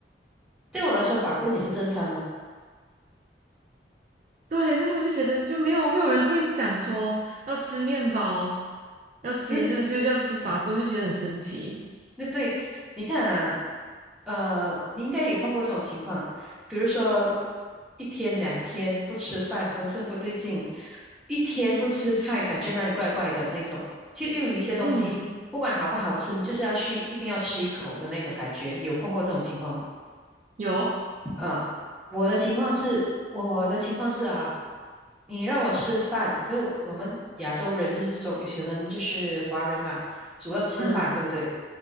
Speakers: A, in the centre; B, on the right.
A: 对我来说，法棍也是正餐呢、
B: 对，但是我就觉得就没有没有人会讲说要吃面包，要吃就是就要吃法棍，
A: 因为
B: 就觉得很神奇。
A: 那对，你看啊，呃，你应该有碰过这种情况，比如说一天两天不吃饭，浑身不对劲；一天不吃菜，感觉那里怪怪的那种。就又有一些东西，
B: 嗯，
A: 不管好不好吃，你就是要去，一定要吃一口的那种感觉。有碰过这种情况吗？
B: 有。
A: 啊，我的情况是，我的情况是啊，你让我吃饭，就我们亚洲人就是中，有些人就是华人嘛，主要吃饭，
B: 嗯，
A: 对不对？